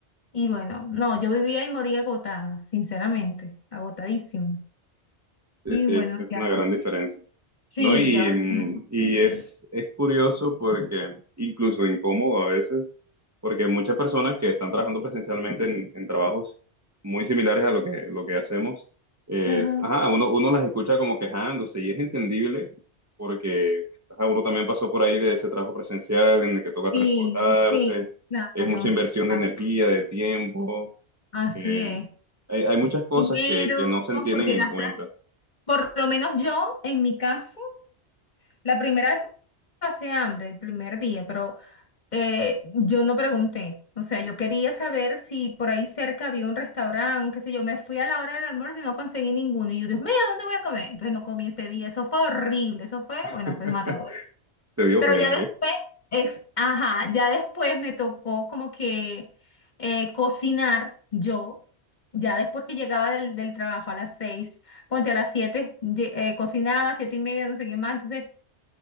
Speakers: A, on the left; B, on the right.
A: Y bueno, no, yo vivía y moría agotada, sinceramente, agotadísima.
B: Sí,
A: Y
B: sí,
A: bueno,
B: es
A: ya,
B: una gran diferencia.
A: sí,
B: ¿no? Y,
A: ya ahora
B: mm,
A: es como más
B: y
A: tranquilo.
B: es, es curioso porque, incluso incómodo a veces, porque muchas personas que están trabajando presencialmente en, en trabajos muy similares a lo que, lo que hacemos, es,
A: Ajá.
B: ajá, uno, uno las escucha como quejándose y es entendible porque ajá, uno también pasó por ahí de ese trabajo presencial en el que toca
A: Sí,
B: transportarse,
A: sí, claro,
B: es mucha inversión de
A: ah,
B: energía, de tiempo,
A: así
B: eh,
A: es
B: hay, hay muchas cosas
A: dinero,
B: que, que no se tienen
A: porque
B: en
A: gastar
B: cuenta.
A: Por lo menos yo, en mi caso, la primera vez pasé hambre, el primer día, pero eh, yo no pregunté. O sea, yo quería saber si por ahí cerca había un restaurante, qué sé yo. Me fui a la hora del almuerzo y no conseguí ninguno. Y yo, Dios mío, ¿dónde voy a comer? Entonces no comí ese día. Eso fue horrible. Eso fue,
B: <laughs>
A: bueno, pues matador.
B: Te dio
A: Pero
B: pena,
A: ya después, es, ajá, ya después me tocó como que eh, cocinar yo. Ya después que llegaba del, del trabajo a las seis, ponte a las siete, lle- eh, cocinaba, siete y media, no sé qué más, entonces